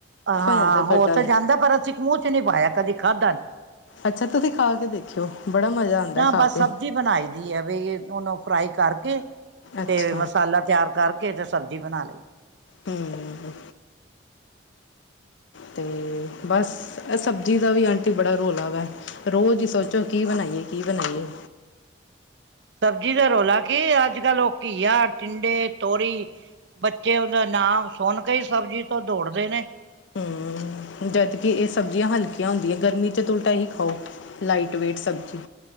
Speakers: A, on the right (about 65°); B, on the left (about 75°).
A: ਹਾਂ,
B: ਜਾਂਦਾ
A: ਹੋ
B: ਕਟਲ
A: ਤੇ ਜਾਂਦਾ, ਪਰ ਅਸੀਂ ਮੂੰਹ ਚ ਨੀ ਪਾਇਆ ਕਦੀ, ਖਾਧਾ ਨਹੀਂ।
B: ਅੱਛਾ ਤੁਸੀਂ ਖਾ ਕੇ ਦੇਖਿਓ ਬੜਾ ਮਜ਼ਾ ਆਉਂਦਾ
A: ਨਾ
B: ਖਾ
A: ਬਸ
B: ਕੇ
A: ਸਬਜ਼ੀ ਬਣਾਈ ਦੀ ਏ, ਵੀ ਉਹਨੂੰ ਫਰਾਈ ਕਰਕੇ
B: ਅੱਛਾ
A: ਤੇ ਮਸਾਲਾ ਤਿਆਰ ਕਰਕੇ ਤੇ ਸਬਜ਼ੀ ਬਣਾ ਲਈ।
B: ਹੂੰ। ਤੇ ਬਸ ਸਬਜ਼ੀ ਦਾ ਵੀ ਆਂਟੀ ਬੜਾ ਰੋਲਾ ਵੈ, ਰੋਜ਼ ਹੀ ਸੋਚੋ ਕੀ ਬਣਾਈਏ, ਕੀ ਬਣਾਈਏ।
A: ਸਬਜੀ ਦਾ ਰੌਲਾ ਕੀ ਅੱਜ ਕੱਲ੍ਹ ਉਹ ਘੀਆ, ਟਿੰਡੇ, ਤੋਰੀ ਬੱਚੇ ਉਹਦਾ ਨਾਮ ਸੁਣ ਕੇ ਹੀ ਸਬਜ਼ੀ ਤੋਂ ਦੌੜਦੇ ਨੇ।
B: ਹੂੰ, ਜਦ ਕਿ ਇਹ ਸਬਜ਼ੀਆਂ ਹਲਕੀਆਂ ਹੁੰਦੀਆਂ, ਗਰਮੀ ਚ ਉਲਟਾ ਹੀ ਖਾਓ, ਲਾਈਟ ਵੇਟ ਸਬਜ਼ੀ।